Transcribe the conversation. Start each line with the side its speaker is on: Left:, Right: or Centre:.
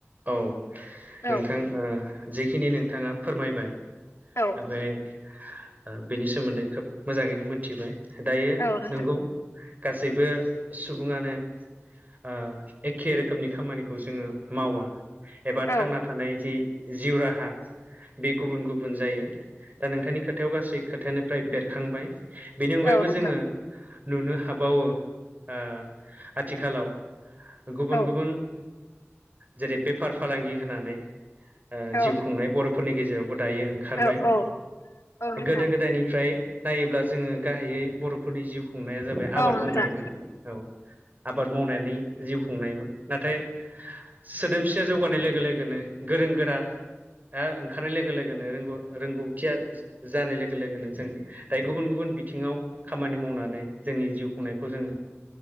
Right: औ
Left: औ
Right: नोंथां ओ जिखिनि नोंथाङा फोरमायबाय
Left: औ
Right: ओ बे ओमफ्राय बेनि सोमोन्दै खोब मोजाङैनो मोनथिबाय दायो
Left: औ नोंथां
Right: नंगौ गासैबो सुबुङानो ओ एखे रोखोमनि खामानिखौ जोङो मावा एबा
Left: औ
Right: थांना थानाय जि जिउ राहा। बे गुबुन गुबुन जायो। दा नोंथांनि खोथायाव गासै खोथायानोफ्राय बेरखांबाय। बेनि अनगायैबो
Left: औ नोंथां
Right: जोङो नुनो हाबावो ओ आथिखालाव गुबुन
Left: औ
Right: गुबुन जेरै बेफार फालांगि होनानै
Left: औ
Right: जिउ खुंनाय बर'फोरनि गेजेरावबो दायो खारबाय
Left: औ औ औ नोंथां
Right: गोदो गोदायनिफ्राय नायोब्ला जोङो गाहायै बर'फोरनि जिउ खुंनाया जाबाय आबाद
Left: औ नोंथां
Right: मावनायमोन औ आबाद मावनानै जिउ खुंनायमोन नाथाय सोदोमसिया जौगानाय लोगो लोगोनो गोरों गोरा दा ओंखारनाय लोगो लोगोनो रोंगौ रोंगौथिया जानाय लोगो लोगोनो जों दायो गुबुन गुबुन बिथिङाव खामानि मावनानै जोंनि जिउ खुंनायखौ जोङो